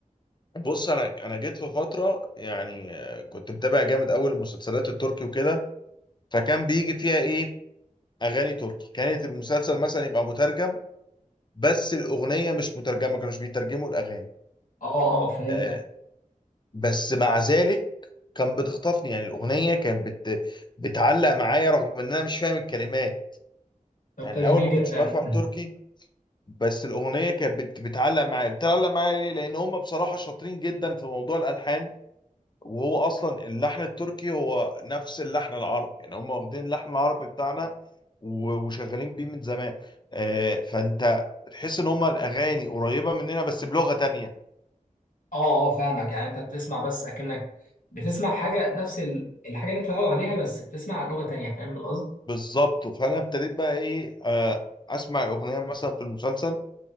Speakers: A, on the left; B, on the left.
A: بص انا انا جيت في فترة يعني آه، كنت متابع جامد اول المسلسلات التركي وكده فكان بيجي فيها ايه اغاني تركي كانت المسلسل مثلا يبقى مترجم بس الاغنيه مش مترجمه كانوش بيترجموا الاغاني
B: اه اه فهمتك
A: آه، بس مع ذلك كان بتخطفني يعني الاغنيه كانت بت... بتعلق معايا رغم ان انا مش فاهم الكلمات
B: طب
A: يعني
B: ده
A: الاول
B: جميل
A: ما
B: جدا
A: كنتش بفهم
B: <clears throat>
A: تركي بس الاغنيه كانت بت... بتعلق معايا بتعلق معايا ليه لان هم بصراحه شاطرين جدا في موضوع الالحان وهو اصلا اللحن التركي هو نفس اللحن العربي يعني هم واخدين اللحن العربي بتاعنا و- وشغالين بيه من زمان آه، فانت تحس ان هم الاغاني قريبه مننا بس بلغه تانية
B: اه اه فاهمك يعني انت بتسمع بس اكنك بتسمع حاجه نفس ال- الحاجه اللي انت متعود عليها بس بتسمع لغه تانية فاهم القصد
A: بالظبط فانا ابتديت بقى ايه آه، اسمع الاغنيه مثلا في المسلسل